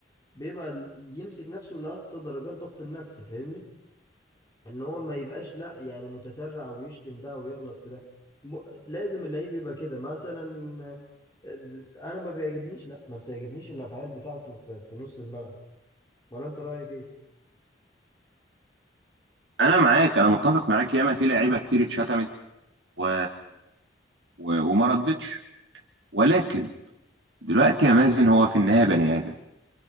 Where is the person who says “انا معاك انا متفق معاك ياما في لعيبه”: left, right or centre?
Right